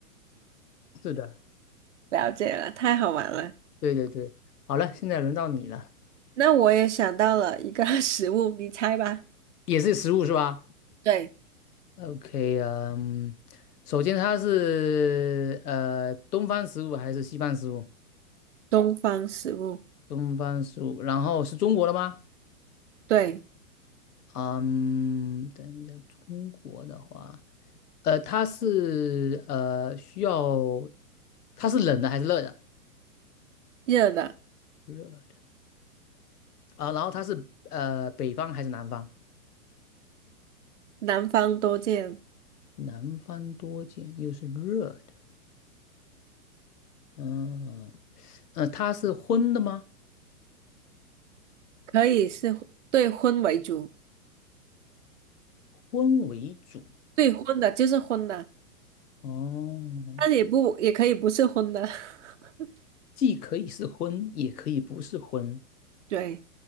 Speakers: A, on the left; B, on the right.
A: 是的，
B: 了解了，太好玩了。
A: 对对对。好了，现在轮到你了，
B: 那我也想到了一个 <laughs> 食物，你猜吧。
A: 也是食物是吧？
B: 对，
A: OK 啊嗯，首先它是呃东方食物还是西方食物？
B: 东方食物，
A: 东方食物，然后是中国的吗？
B: 对，
A: 嗯，等一下，中国的话，呃，它是呃需要，它是冷的还是热的？
B: 热的，
A: 热的啊，然后它是呃北方还是南方？
B: 南方多见，
A: 南方多见，又是热的，嗯，呃，它是荤的吗？
B: 可以是荤对荤为主，
A: 荤为主，
B: 对荤的就是荤的，
A: 哦。
B: 但也不也可以不是荤的。<laughs>
A: 既可以是荤，也可以不是荤，
B: 对